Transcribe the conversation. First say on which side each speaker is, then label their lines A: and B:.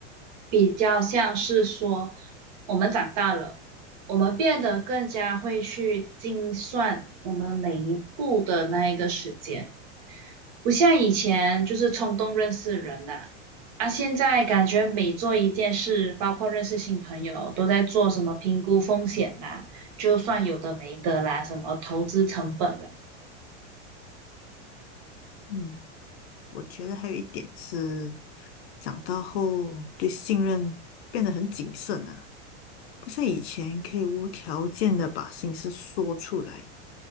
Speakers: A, on the right; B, on the left.
A: 比较像是说，我们长大了，我们变得更加会去精算我们每一步的那一个时间，不像以前就是冲动认识人呐、啊。现在感觉每做一件事，包括认识新朋友，都在做什么评估风险啦，就算有的没的啦，什么投资成本啦。
B: 嗯，我觉得还有一点是长大后对信任变得很谨慎啊，不像以前可以无条件的把心事说出来。